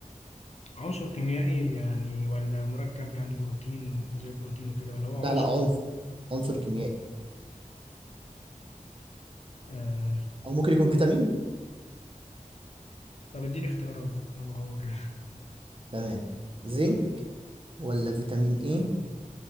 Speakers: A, on the left; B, on the right.
A: عنصر كيميائي يعني ولا مركب يعني بروتين زي البروتين وكده ولا هو
B: لا
A: عنصر
B: لا عنصر عنصر كيميائي
A: آه...
B: أو ممكن يكون فيتامين
A: طب اديني اختيارات بقى طالما هو كده
B: تمام زنك ولا فيتامين ايه